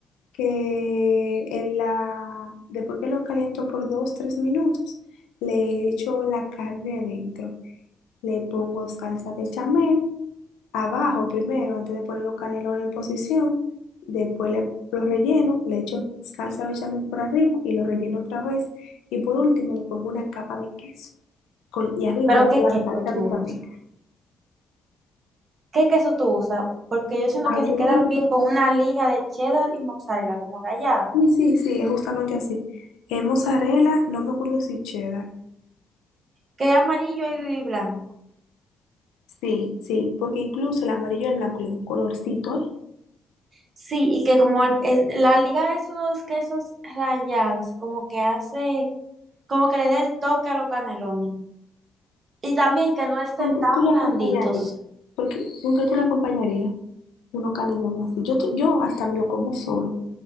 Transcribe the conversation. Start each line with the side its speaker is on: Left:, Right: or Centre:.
Left: que en la, después que lo caliento por dos, tres minutos, le echo la carne adentro. Le pongo salsa bechamel abajo primero antes de poner los canelones en posición. Después le, los relleno, le echo salsa bechamel por arriba y lo relleno otra vez. Y por último le pongo una capa de queso. con- y arriba
Right: Pero
Left: le echo
Right: ¿qué
Left: la
Right: queso
Left: salsa
Right: tú
Left: bechamel.
Right: usas? ¿Qué queso tú usas? Porque yo siento
Left: Ay,
Right: que
Left: yo
Right: se quedan
Left: no... re-
Right: bien con una liga de cheddar y mozzarella, como rallado,
Left: Sí, sí, sí, es justamente así. Es mozzarella, no me acuerdo si cheddar.
Right: que es amarillo y blanco.
Left: Sí, sí, porque incluso el amarillo y el blanco le da un colorcito, ¿eh?
Right: Sí, y que como el- es- la liga de esos quesos rallados, como que hace, como que le da el toque a los canelones. Y también que no estén
Left: ¿Con qué
Right: tan
Left: tú la
Right: blanditos.
Left: acompañarías? Porque, ¿con qué tú la acompañarías? Uno canelones así. Yo, t- yo hasta me lo como solo.